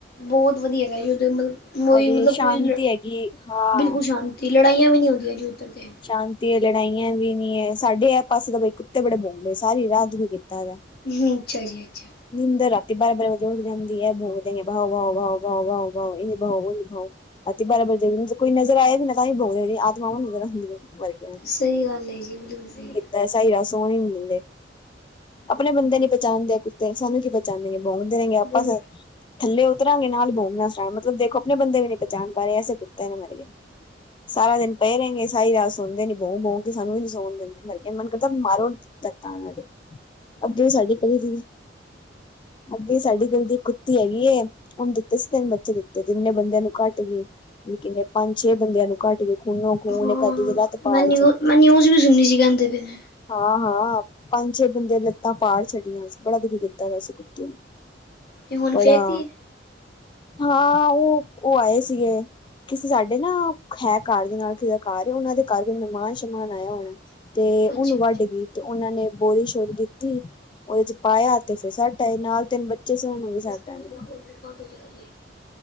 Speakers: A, on the left (about 55°); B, on the left (about 25°).
A: ਬੋਤ ਵਧੀਆ ਹੇਗਾ ਜੀ, ਓਧਰ ਮਤਲਬ ਓਹੀ
B: ਅਰੇ
A: ਮਤਲਬ
B: ਸ਼ਾਂਤੀ
A: ਕੋਈ
B: ਹੈਗੀ ਹਾਂ
A: ਬਿਲਕੁਲ ਸ਼ਾਂਤ ਤੀ ਲੜਾਇਆ ਵੀ ਹੁੰਦੀਆਂ ਜੀ ਓਧਰ ਤੇ
B: ਸ਼ਾਂਤੀ ਏ, ਲੜਾਈਆਂ ਵੀ ਨੀ ਏ, ਸਾਡੇ ਇਹ ਪਾਸੇ ਤਾਂ ਬਈ ਕੁੱਤੇ ਬੜੇ ਪੋਕਦੇਂ ਨੇ ਸਾਰੀ ਰਾਤ ਦੁਖੀਂ ਕਿਤਾ ਦਾ।
A: ਹੂੰ, ਅੱਛਾ ਜੀ ਅੱਛਾ।
B: ਨਿੰਦਰ ਰਾਤੀ ਬਾਰਾਂ-ਬਾਰਾਂ ਵਜੇ ਉੱਠ ਜਾਂਦੀ ਐ ਪੋਕਦੇਂ ਨੇ ਭਾਓ-ਭਾਓ-ਭਾਓ-ਭਾਓ-ਭਾਓ-ਭਾਓ ਏਵੀ ਭਾੳ ਓਵੀ ਭਾੳ ਰਾਤੀ ਬਾਰਾਂ ਬਜੇ ਮੀਨਸ ਕੋਈ ਨਜ਼ਰ ਆਏ ਵੀ ਨਾ ਤਾਂਵੀ ਭੌਂਕਦੇ ਰਹੇ ਆਤਮਾਵਾਂ ਵਡੇਰਾ ਹੁੰਦੀਆਂ ਨੇ
A: ਸਹੀ ਗੱਲ ਹੈ ਜੀ ਬਿਲਕੁਲ ਸਹੀ
B: <inaudible> ਐਸਾ ਈ ਆ ਸੋਹਣ ਹੀ ਨੀ ਦਿੰਦੇ, ਆਪਣੇ ਬੰਦੇ ਨੀ ਪਚਾਣਦੇ ਕੁੱਤੇ ਸਾਨੂੰ ਕੀ ਪ ਪੇਚਾਣਗੇ ਭੌਂਕਦੇ ਰਹਿਣਗੇ ਆਪਸ
A: ਬਿਲ
B: ਅ ਥੱਲੇ ਉਤਰਾਂਗੇ ਨਾਲ ਬੋਗਣਾ ਸ਼ਟਾਟ ਮਤਲਬ ਦੇਖੋ, ਆਪਣੇ ਬੰਦੇ ਵੀ ਨਈ ਪਚਾਣ ਪਾ ਰਹੇ, ਐਸੇ ਕੁੱਤੇ ਨੇ ਮਰ ਗਏ। ਸਾਰਾ ਦਿਨ ਪਏ ਰਏਗੇ ਸਾਰੀ ਰਾਤ ਸੁਣਦੇ ਨੀ ਬੋਕ ਬੋਕ ਕੇ ਸਾਨੂੰ ਵੀ ਨੀ ਸੋਣ ਦਿੰਦੇ ਮਰਗੇ ਮਨ ਕਰਦਾ ਮਾਰੋਂ <unintelligible> ਅੱਗੇ ਵੀ ਸਾਡੀ ਗਲੀ ਦੀ ਅੱਗੇ ਸਾਡੀ ਗਲੀ ਦੀ ਕੁੱਤੀ ਹੈਗੀ ਏ। ਓਨ ਦਿੱਤੇ ਸੀ ਤਿੰਨ ਬੱਚੇ ਦਿੱਤੇ, ਕਿੰਨੇ ਬੰਦਿਆਂ ਨੂੰ ਘੱਟ ਗਈ। ਕਿਨੇ ਪੰਜ-ਛੇ ਬੰਦਿਆਂ ਨੂੰ ਕਟਗੇ ਨੇ ਖੂਨੋ ਖੂਨ
A: ਹਾਂ
B: ਅੱਧੇ ਦੀ ਲੱਤ ਪਾੜ
A: ਮੈਂ ਨਿਊ ਮੈਂ ਨਿਊਜ਼ ਵੀ ਸੁਣਲੀ ਸੀ ਕਹਦੇ ਪੇ ਨੇ
B: ਹਾਂ-ਹਾਂ, ਪੰਜ-ਛੇ ਬੰਦੇ ਦੀਆਂ ਲੱਤਾਂ ਪਾੜ ਛੱਡੀਆਂ ਸੀ, ਬੜਾ ਦੁਖੀ ਕੀਤਾ ਦਾ ਸੀ ਕੁੱਤੀ ਨੇ
A: ਤੇ ਹੁਣ
B: ਬੜਾ,
A: ਫੇਕਤੀ ਹੈ।
B: ਹਾਂ ਓਹ ਓਹ ਆਏ ਸੀਗੇ ਕਿਸੇ ਸਾਡੇ ਨਾ ਹੈ ਘਰ ਦੇ ਨਾਲ ਕਿਸੇ ਦਾ ਘਰ, ਓਨਾਂ ਦੇ ਘਰ ਕੋਈ ਮਹਿਮਾਨ ਸਹਿਮਾਨ ਆਯਾ ਹੋਣਾ ਤੇ
A: ਅੱਛਾ
B: ਓਨੂੰ ਵੱਢ ਗਈ ਤੇ ਓਨਾਂ ਨੇ ਬੋਰੀ ਸ਼ੋਰੀ ਦਿੱਤੀ ਓਦੇ ਚ ਪਾਇਆ ਤੇ ਫਿਰ ਸਾਟ ਆਏ ਨਾਲ ਤਿੰਨ ਬੱਚੇ ਸੀ, ਉਹ ਨੂੰ ਵੀ ਸਾਟ
A: ਅੱਛਾ
B: ਆਏ ਨੇ
A: ਉਲਟ ਬੰਦ ਹੋ ਜਾਏਗਾ ਜੀ